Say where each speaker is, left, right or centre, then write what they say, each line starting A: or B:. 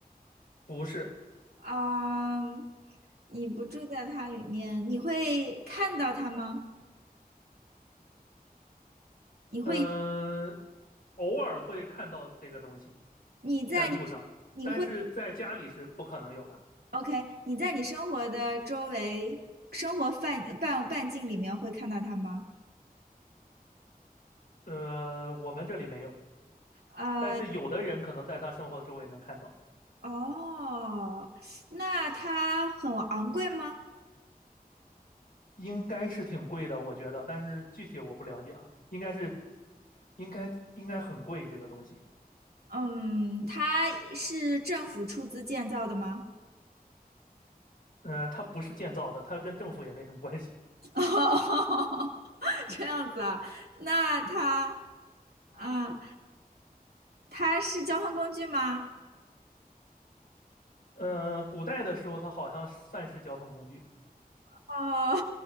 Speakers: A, on the left; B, on the right.
A: 不是，
B: 啊、你不住在它里面，你会看到它吗？
A: 嗯、
B: 你会有，
A: 偶尔会看到这个东西
B: 你在你，
A: 在路上，
B: 你会
A: 但是在家里是不可能有的。
B: ，OK，你在你生活的周围，生活范半半径里面会看到它吗？
A: 呃，我们这里没有，
B: 呃，
A: 但是有的人可能在他生活周围能看到。
B: 哦，那它很昂贵吗？
A: 应该是挺贵的，我觉得，但是具体我不了解啊，应该是应该应该很贵这个东西。
B: 嗯，它是政府出资建造的吗？
A: 呃，它不是建造的，它跟政府也没什么关系。
B: <laughs> 哦这样子啊，那它，嗯，它是交通工具吗？
A: 呃，古代的时候它好像算是交通工具，
B: 哦，